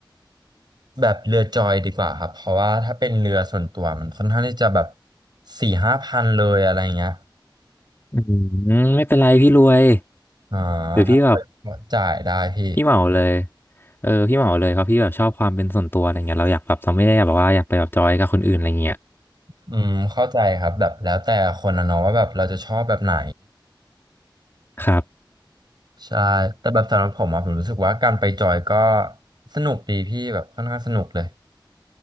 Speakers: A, on the right (about 60°); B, on the left (about 25°).
A: แบบเรือจอยดีกว่าครับเพราะว่าถ้าเป็นเรือส่วนตัวมันค่อนข้างที่จะแบบสี่ห้าพันเลยอะไรเงี้ย
B: อืมไม่เป็นไรพี่รวย
A: อ่า
B: หรือพี่แบบ
A: ถ้าไปจ่ายได้พี่
B: พี่เหมาเลยเออพี่เหมาเลยเพราะพี่แบบชอบความเป็นส่วนตัวอะไรเงี้ยเราอยากแบบเราไม่ได้แบบว่าอยากไปแบบจอยกับคนอื่นอะไรเงี้ย
A: อืมเข้าใจครับแบบแล้วแต่คนนะเนาะว่าแบบเราจะชอบแบบไหน
B: ครับ
A: ใช่แต่แบบสำหรับผมอะผมรู้สึกว่าการไปจอยก็สนุกดีพี่แบบค่อนข้างสนุกเลย